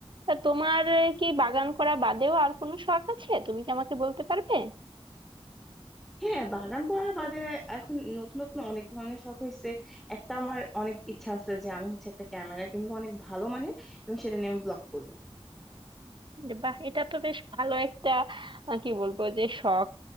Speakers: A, on the right; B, in the centre.
A: তা তোমার আহ, কি বাগান করা বাদেও আর কোনো শখ আছে তুমি কি আমাকে বলতে পারবে
B: হ্যাঁ বাগান করা বাদে এখন নতুন নতুন অনেক ধরনের শখ হয়েছে একটা আমার অনেক ইচ্ছা আছে যে আমি হচ্ছে একটা ক্যামেরা কিনবো অনেক ভালো মানের এবং সেটা নিয়ে আমি ব্লগ করবো
A: যে বাহ এটা তো বেশ ভালো একটা আহ, কি বলবো যে শখ